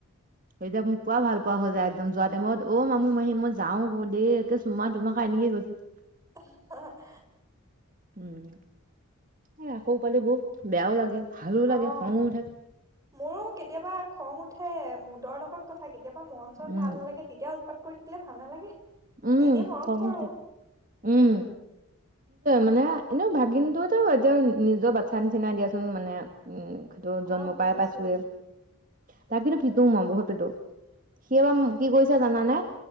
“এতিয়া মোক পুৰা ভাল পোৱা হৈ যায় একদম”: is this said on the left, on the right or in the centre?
Right